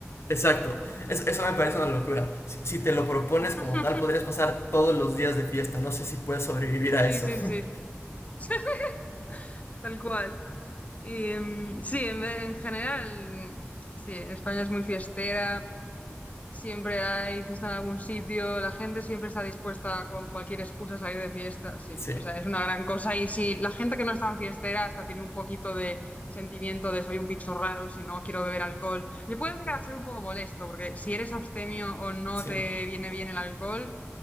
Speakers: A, on the left; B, on the left.
A: Exacto, es- eso me parece una locura. Si, si te lo propones
B: <laughs>
A: como tal, podrías pasar todos los días de fiesta. No sé si puedes sobrevivir
B: Sí,
A: a eso.
B: sí, sí,
A: <laughs>
B: <laughs> tal cual. Y em, sí, en, ve- en general, mm, sí, España es muy fiestera, Siempre hay fiesta en algún sitio, la gente siempre está dispuesta con cualquier excusa a salir de fiesta, sí.
A: Sí,
B: O sea, es una gran cosa. Y si la gente que no es tan fiestera hasta tiene un poquito de sentimiento de soy un bicho raro, si no quiero beber alcohol, le puede llegar a ser un poco molesto, porque si eres abstemio o no
A: sí.
B: te viene bien el alcohol,